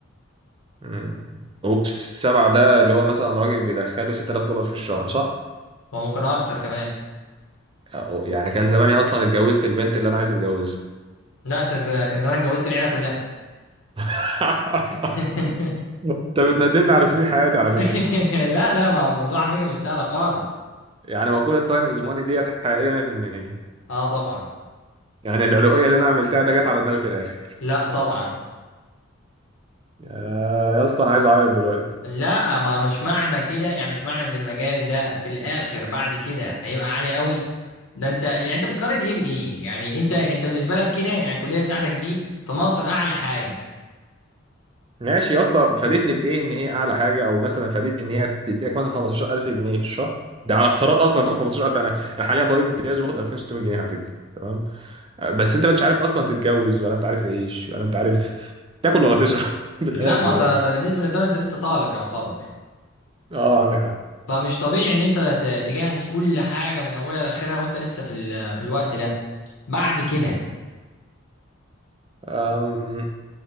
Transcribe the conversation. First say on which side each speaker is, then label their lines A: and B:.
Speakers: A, on the right; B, on the left.
A: امم اوبس سبعة ده اللي هو مثلا راجل بيدخله 6000 دولار في الشهر صح؟
B: وممكن اكتر كمان
A: أو- يعني كان زماني اصلا اتجوزت البنت اللي انا عايز اتجوزها
B: لا انت كان زمان اتجوزت العيلة كلها
A: <laughs>
B: <laughs>
A: انت بتندمني على سنين حياتي على
B: <laughs>
A: فكرة
B: لا لا ما الموضوع على فكرة مش سهل خالص
A: يعني مقولة تايم از ماني ديت حقيقية 100%
B: اه طبعا
A: يعني العلوية اللي انا عملتها ده جت على دماغي في الاخر
B: لا طبعا
A: يا يا اسطى انا عايز اعيط دلوقتي
B: لا ما مش معنى كده يعني مش معنى ان المجال ده في الاخر بعد كده هيبقى عالي قوي ده انت يعني انت بتقارن ايه بايه يعني انت انت بالنسبة لك كده يعني الكلية بتاعتك دي في مصر اعلى حاجة
A: ماشي يا اسطى فادتني بايه ان هي اعلى حاجه او مثلا فادتني ان هي تديك مثلا 15000 جنيه في الشهر ده على افتراض اصلا تاخد 15000 انا انا حاليا طبيب امتياز وباخد 2600 جنيه على فكره تمام آه، بس انت مش عارف اصلا تتجوز ولا انت عارف تعيش ولا انت عارف تاكل ولا تشرب <laughs> بالاخر
B: لا ما ده
A: يعني
B: ده بالنسبة للدولة انت لسه طالب يعتبر
A: اه عندك حق
B: فمش طبيعي ان انت ت- تجهز كل حاجة من اولها لاخرها وانت لسه في ال- في الوقت ده بعد كده
A: أم،